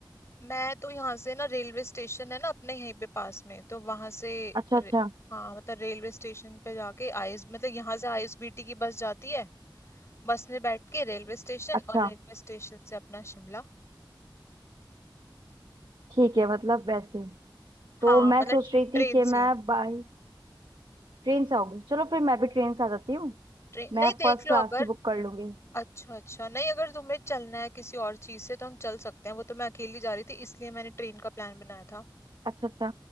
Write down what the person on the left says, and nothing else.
मैं तो यहाँ से ना रेलवे स्टेशन है ना अपने यहीं पे पास में तो वहां से
रे-
हाँ मतलब रेलवे स्टेशन पे जाके आईएस मतलब यहाँ से आईएसबीटी की बस जाती है बस में बैठ के रेलवे स्टेशन
और रेलवे स्टेशन से अपना शिमला
हाँ
मतलब
ट्रेन
से
ट्रेन
नहीं देख
लो
अगर
अच्छा अच्छा नहीं अगर तुम्हें चलना है किसी और चीज से तो हम चल सकते हैं वो तो मैं अकेली जा रही थी इसलिए मैंने ट्रेन का प्लान बनाया था